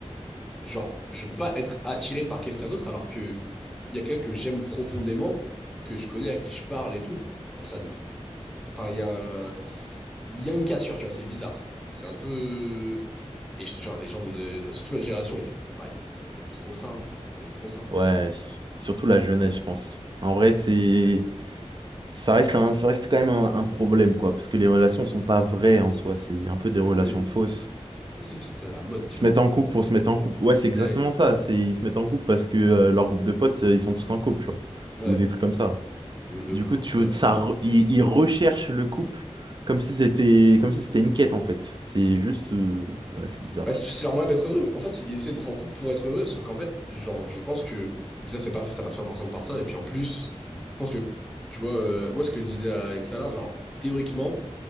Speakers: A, in the centre; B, on the right.
A: Genre, je peux pas être attiré par quelqu'un d'autre alors que il y a quelqu'un que j'aime profondément, que je connais, à qui je parle et tout. Enfin, ça, me- enfin, il y a un- il y a une cassure, tu vois, c'est bizarre. C'est un peu... Et je te jure, les gens de... Surtout notre génération, ils font... Enfin, ils, ils aiment trop ça, hein. Ils aiment trop ça, hein.
B: Ouais,
A: C'est
B: s- surtout la jeunesse, je pense. En vrai, c'est
A: terrible.
B: ça reste un- ça reste quand même un, un problème, quoi, parce que les relations sont pas vraies en soi, c'est un peu des relations
A: Oui,
B: fausses.
A: mais c'est tout parce que c'est la mode, tu
B: Ils se
A: vois.
B: mettent en couple pour se mettre en couple. Ouais, c'est exactement
A: Ah oui.
B: ça. C'est ils se mettent en couple parce que euh, leur groupe de potes, euh, ils sont tous en couple, tu vois,
A: Ouais,
B: ou des trucs comme
A: de ouf.
B: ça.
A: De ouf, de
B: Du
A: ouf.
B: coup,
A: Au
B: tu
A: final... euh,
B: ça re- ils, ils recherchent le couple comme si c'était comme si c'était une quête en fait. C'est juste euh, ouais, c'est bizarre.
A: Bah, c'est tout, c'est leur moyen d'être heureux. En fait, ils essaient d'être en couple pour être heureux, sauf qu'en fait, genre, je pense que déjà, c'est pas, ça passe pas forcément par ça. Et puis en plus, je pense que, tu vois, euh, moi, ce que je disais avec Xalar, genre, théoriquement,